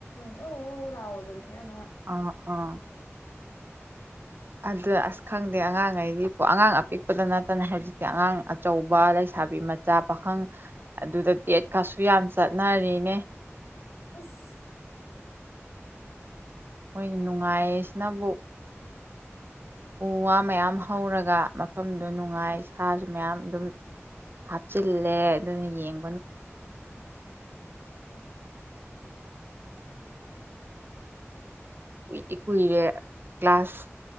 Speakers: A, on the left; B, on the right.
A: ꯑꯣ ꯎ ꯂꯥꯎꯕꯗꯨꯅꯦ ꯌꯥꯝ
B: ꯑꯥ- ꯑꯥ
A: ꯎ <unintelligible>
B: ꯑꯗꯨ ꯑꯁ ꯈꯪꯗꯦ ꯑꯉꯥꯡꯉꯩꯒꯤ ꯀꯣ ꯑꯉꯥꯡ ꯑꯄꯤꯛꯄꯗ ꯅꯠꯇꯅ ꯍꯥꯏ ꯑꯉꯥꯡ ꯑꯆꯧꯕ ꯂꯩꯁꯥꯕꯤ ꯃꯆꯥ ꯄꯥꯈꯪ ꯑꯗꯨꯗ ꯗꯦꯠꯀꯁꯨ ꯌꯥꯝ ꯆꯠꯅꯔꯦꯅꯦ
A: ꯏꯁ
B: ꯃꯣꯏ ꯅꯨꯡꯉꯥꯏꯌꯦꯁꯤꯅꯕꯨ
A: ꯎ <unintelligible>
B: ꯎ ꯋꯥ ꯃꯌꯥꯝ ꯍꯧꯔꯒ ꯃꯐꯝꯗꯣ ꯅꯨꯡꯉꯥꯏ ꯁꯥꯁꯨ ꯃꯌꯥꯝ ꯑꯗꯨꯝ ꯍꯥꯞꯆꯤꯜꯂꯦ ꯑꯗꯨꯅ ꯌꯦꯡ
A: ꯖꯠ- ꯖꯠ <unintelligible> ꯎꯝ
B: ꯀꯨꯏꯗꯤ ꯀꯨꯏꯔꯦ ꯀ꯭ꯂꯥꯁ